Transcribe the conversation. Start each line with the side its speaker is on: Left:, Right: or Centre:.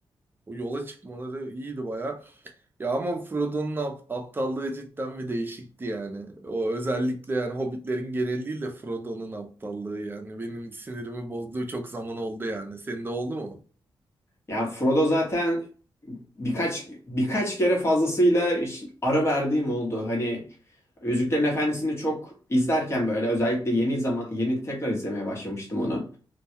Right: O yola çıkmaları iyiydi baya. Ya ama Frodo'nun ap- aptallığı cidden bir değişikti yani. O özellikle yani Hobbitlerin geneliyle Frodo'nun aptallığı yani benim sinirimi bozduğu çok zaman oldu yani. Senin de oldu mu?
Left: Ya Frodo zaten birkaç birkaç kere fazlasıyla iş- ara verdiğim oldu. Hani Yüzüklerin Efendisi'ni çok izlerken böyle özellikle yeni zaman yeni tekrar izlemeye başlamıştım onu.